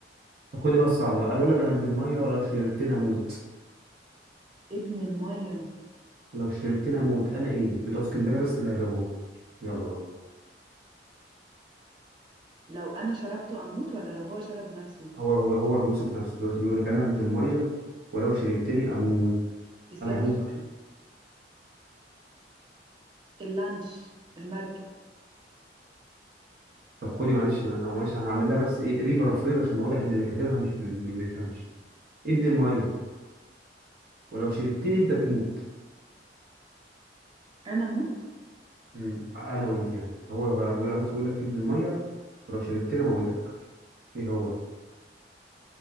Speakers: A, on the right (about 55°); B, on the right (about 25°).
A: طب خدي بقى الصعبه بقى بقول لك انا ابن الميه ولو شربتني اموت
B: ابن المية
A: لو شربتني اموت انا ايه بتوع اسكندريه بس اللي هيجابوه يلا بقى
B: لو أنا شربته أموت ولا لو هو شرب نفسه
A: هو هو هو بيوصف نفسه دلوقتي بيقول لك انا ابن الميه ولو شربتني اموت
B: السفينة
A: انا هموت
B: اللانش المركب
A: طب خدي معلش ما- معلش انا هعمل لها بس ايه ريبارافريز عشان واضح ان اللي كاتبها مش بي... مش بيفهمش ابن الميه ولو شربتني انت تموت
B: أنا أموت
A: امم انا وانت يعني هو هو بيقول على نفسه بيقول لك ابن الميه ولو شربتني موتك ايه هو